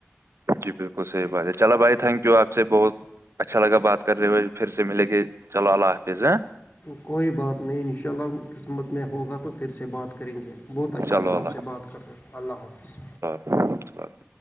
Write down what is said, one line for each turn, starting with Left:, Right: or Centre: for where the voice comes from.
Right: جی بلکل صحیح بات ہے چلو بھائی تھیک ہے آپ سے بہت اچھا لگا بات کرتے ہوئے پھر سے ملے گے چلو اللہ حافظ
Left: کوئی بات نہیں ان شاء اللہ قسمت میں ہوگا تو پھر سے بات کریں گے بہت اچھا
Right: چلو
Left: رہا
Right: اللہ
Left: آپ سے بات کرکے اللہ حافظ
Right: <inaudible>